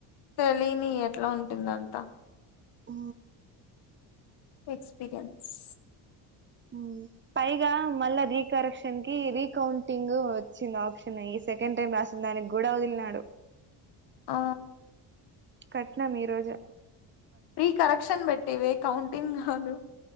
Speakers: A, on the left; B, on the right.
A: తెలిని ఎట్లా ఉంటుందొ అంతా
B: ఆ
A: ఎక్స్పీరియన్స్
B: ఉం పైగా మళ్ళా రీకరెక్షన్ కి రీకౌంటింగ్ వచ్చింది ఆప్షన్ సెకండ్ టైమ్ రాసింది దానికి కూడ వదిలినాడు
A: ఆ
B: కట్టినం ఈ రోజే
A: రీ కరెక్షన్ పెట్టివే కౌంటింగ్ కాదు